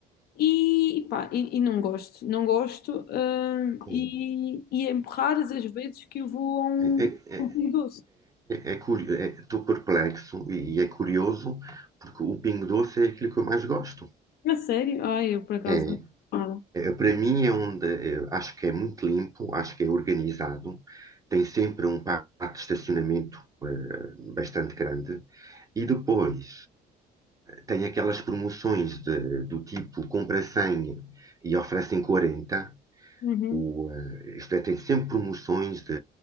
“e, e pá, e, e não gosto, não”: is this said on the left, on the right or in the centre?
Left